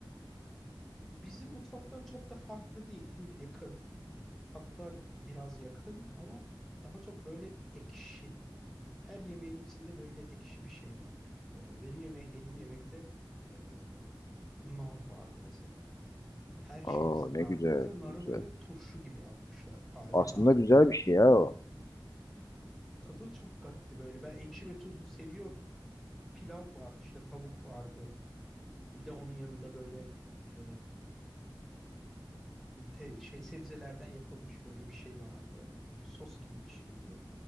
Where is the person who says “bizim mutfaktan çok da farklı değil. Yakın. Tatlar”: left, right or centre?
Centre